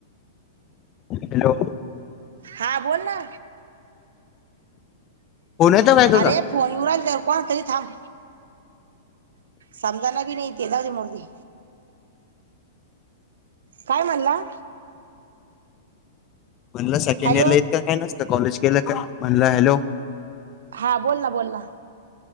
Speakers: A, on the left (about 25°); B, on the right (about 80°).
A: हॅलो
B: हा बोल ना,
A: फोन येतो काय तुझा?
B: अरे फोन येऊ राहीले कोण तरी थांब, समजान बी नाही ते, जाऊ दे मरू दे. काय म्हणला?
A: म्हणलं सेकंड
B: हॅलो
A: इयरला इतकां काय नसतं, कॉलेज केलं का, म्हणलं हॅलो,
B: हां, बोल ना बोल ना,